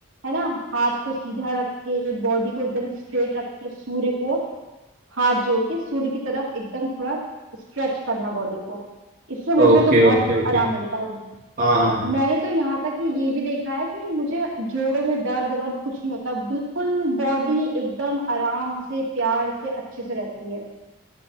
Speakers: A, on the right; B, on the right.
A: है ना हाथ को सीधा रख के बॉडी को एकदम स्ट्रेट रख के सूर्य को हाथ जोड़ के सूर्य की तरफ एकदम थोड़ा स्ट्रेच करना बॉडी को इससे मुझे
B: Okay
A: तो बहुत
B: okay okay
A: आराम मिलता है
B: हाँ हाँ हाँ
A: मैंने तो यहाँ तक कि ये भी देखा है कि मुझे जोड़ों में दर्द वर्द कुछ नहीं होता बिल्कुल बॉडी एकदम आराम से प्यार से अच्छे से रहती है